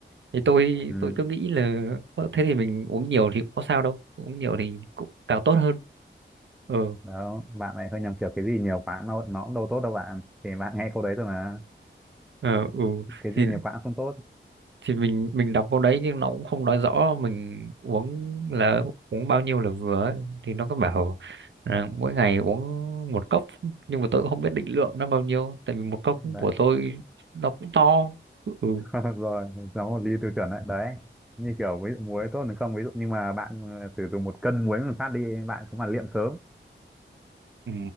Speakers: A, on the right (about 65°); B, in the centre.
A: thì tôi
B: ừ.
A: tôi cứ nghĩ là "Ơ, thế thì mình uống nhiều thì cũng có sao đâu uống nhiều thì cũng càng tốt hơn ừ
B: đó bạn lại hơi nhầm kiểu cái gì nhiều quá nó nó cũng đâu tốt đâu bạn thì bạn nghe câu đấy rồi mà
A: ờ, ừ
B: cái gì
A: thì
B: nhiều quá cũng không tốt
A: thì mình mình đọc câu đấy nhưng nó cũng không nói rõ mình uống là uống bao nhiêu là vừa ấy. thì nó có bảo là mỗi ngày uống một cốc nhưng mà tôi cũng không biết định lượng nó bao nhiêu tại vì một cốc
B: Đấy.
A: của tôi nó cũng to ừ
B: <laughs> rồi nó một ly tiêu chuẩn đấy đấy như kiểu ví dụ muối tốt thì không ví dụ nhưng mà bạn ờ, sử dụng một cân muối một phát đi bạn cũng mà liệm sớm
A: Ừ,